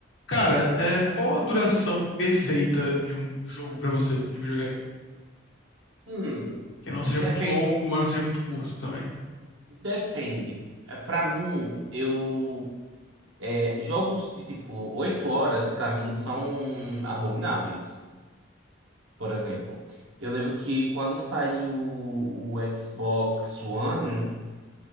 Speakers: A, on the left (about 70°); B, on the right (about 80°).
A: Cara, é, qual a duração perfeita de um jogo pra você, de videogame?
B: Hum,
A: Que não seja
B: depende,
A: muito longo, mas não seja muito curto também.
B: depende. Para mim, eu é, jogos de tipo 8 horas para mim são abomináveis. Por exemplo, eu lembro que quando saiu o, o Xbox One,